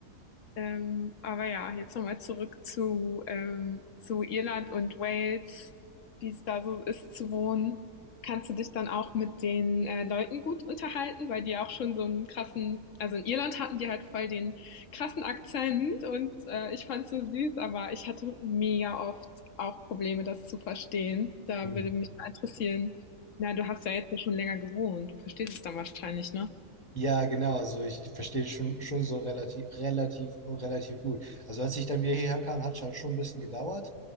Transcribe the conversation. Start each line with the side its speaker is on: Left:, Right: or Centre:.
Left: Ähm, aber ja, jetzt nochmal zurück zu, ähm, zu Irland und Wales, wie es da so ist zu wohnen. Kannst du dich dann auch mit den äh, Leuten gut unterhalten, weil die ja auch schon so einen krassen, also in Irland hatten die halt voll den krassen Akzent und äh, ich fand's so süß, aber ich hatte mega oft auch Probleme, das zu verstehen. Da
Centre: Mhm.
Left: würde mich mal interessieren. Na, du hast ja jetzt ja schon länger gewohnt, du verstehst es dann wahrscheinlich, ne?
Centre: Ja, genau. Also ich, ich verstehe schon, schon so relativ, relativ, relativ gut. Also als ich dann wieder hierher kam, hat es halt schon ein bisschen gedauert.